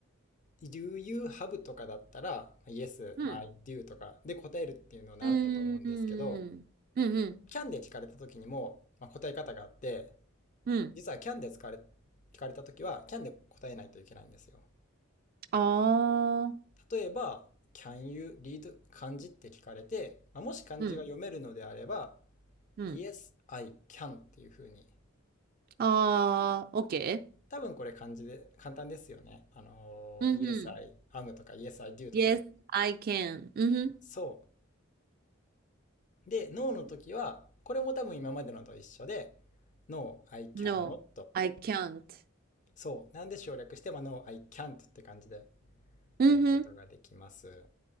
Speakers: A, on the left (about 40°); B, on the right (about 45°).
A: Do you have とかだったら、まあ Yes,
B: うん。
A: まあ I do とかで答えるっていうのを習ったと思うんですけど、
B: うん。うん。うん。
A: Can で聞かれた時にも、まあ、答え方があって、
B: うん。
A: 実は Can で使われ、聞かれた時は Can で答えないといけないんですよ。
B: ああ。
A: 例えば、Can you read 漢字って聞かれて、まあ、もし漢字が読めるのであれば、
B: うん。うん。
A: Yes, I can っていう風に。
B: ああ、OK?
A: 多分これ漢字で簡単ですよね。あのー
B: うんうん。
A: Yes, I am とか Yes, I do とか。
B: Yes, I can. うんう
A: そう。で、No の時は、これも多分今までのと一緒で、No, I can
B: ん。No,
A: not.
B: I can't.
A: そう。なんで省略して、まあ、No, I can't って感じで
B: うんうん。
A: やることができます。